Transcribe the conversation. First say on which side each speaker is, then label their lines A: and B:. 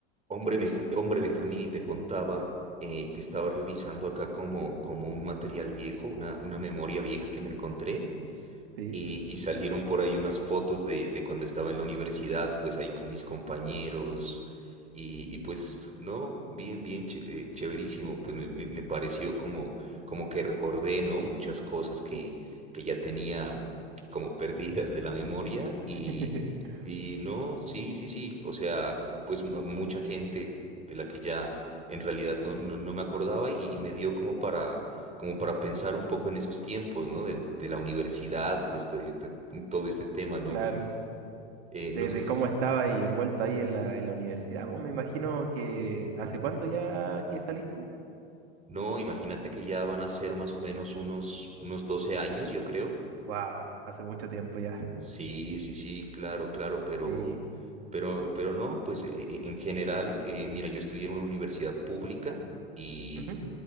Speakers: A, on the right (about 20°); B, on the right (about 65°).
A: Hombre, Meja- hombre Benjamín, y te contaba eh, que estaba revisando acá como, como un material viejo, una, una memoria vieja que me encontré
B: Sí,
A: y, y salieron por ahí unas fotos de, de cuando estaba en la universidad, pues ahí con mis compañeros. Y, y pues, no, bien, bien, ch- eh, chéverísimo. Pues me, me- me pareció como, como que recordé, ¿no? Muchas cosas que, que ya tenía como perdidas de la memoria. Y,
B: <laughs>
A: y no, sí, sí, sí. O sea, pues mu- mucha gente de la que ya en realidad no, no, no me acordaba y, y me dio como para como para pensar un poco en esos tiempos, ¿no? De, de la universidad, pues to- to- todo este tema, ¿no?
B: claro.
A: Eh,
B: Desde
A: no sé si-
B: cómo estaba ahí envuelto ahí en la, en la universidad, pues me imagino que ¿hace cuánto ya que saliste?
A: no, imagínate que ya van a ser más o menos unos, unos 12 años, yo creo.
B: Wow, hace mucho tiempo ya.
A: Sí, sí, sí, claro, claro, pero,
B: Sí.
A: pero, pero no, pues e- e- en general, eh, mira, yo estudié en una universidad pública y
B: Ujú.